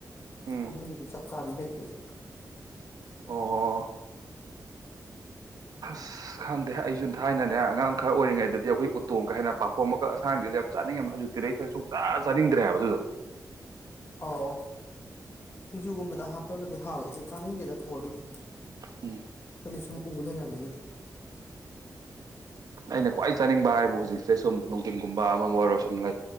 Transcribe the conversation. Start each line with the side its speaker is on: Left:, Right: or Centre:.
Right: ꯎꯝ
Left: ꯑꯗꯨꯒꯤꯗꯤ ꯆꯞ ꯆꯥꯗꯤ ꯂꯩꯇꯦꯗ
Right: ꯑꯣ ꯑꯁ ꯈꯪꯗꯦ ꯑꯩꯁꯨ ꯊꯥꯏꯅꯅꯦ ꯑꯉꯥꯡ ꯈꯔ ꯑꯣꯏꯔꯤꯉꯩꯗꯗꯤ ꯑꯩꯈꯣꯏ ꯎꯇꯣ ꯀ ꯍꯥꯏꯅ ꯄꯥꯐꯣ ꯃꯀꯛ ꯑꯁꯥꯡꯕꯤꯗꯣ ꯌꯥꯝ ꯆꯥꯅꯤꯡꯉꯝꯃꯦ ꯍꯧꯖꯤꯛꯇꯤ ꯂꯩꯈꯔ ꯁꯨꯛꯆꯥ ꯆꯥꯅꯤꯡꯗ꯭ꯔꯦꯕ ꯑꯗꯨꯗꯣ
Left: ꯑꯧ ꯁꯤꯡꯖꯨꯒꯨꯝꯕꯗ ꯍꯥꯞꯄꯒꯗꯤ ꯍꯥꯎꯋꯦ ꯑꯗꯨ ꯆꯥꯅꯤꯡꯗꯦꯗ ꯊꯧꯑꯣꯏꯡꯒꯤꯗꯤ
Right: ꯎꯝ
Left: ꯁꯨꯝ ꯎ ꯂꯩꯔꯝꯃꯤꯅ
Right: ꯑꯩꯅ ꯈ꯭ꯋꯥꯏ ꯆꯥꯅꯤꯡꯕ ꯍꯥꯏꯕꯨ ꯍꯧꯖꯤꯛꯁꯦ ꯁꯨꯝ ꯅꯨꯡꯊꯤꯟꯒꯨꯝꯕ ꯑꯝꯃꯕꯨ ꯑꯣꯏꯔꯣ ꯁꯨꯝ ꯂꯩ